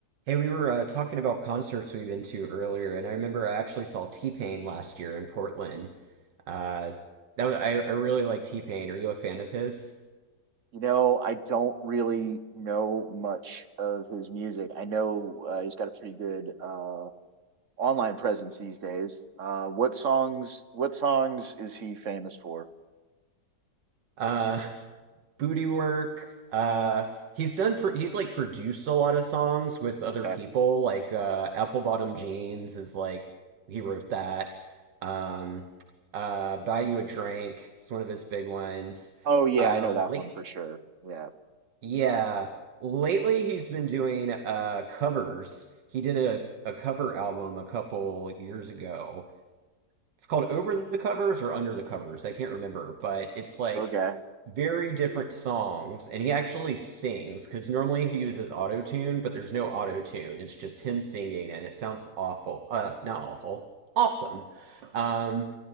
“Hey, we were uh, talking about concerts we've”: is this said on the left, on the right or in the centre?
Right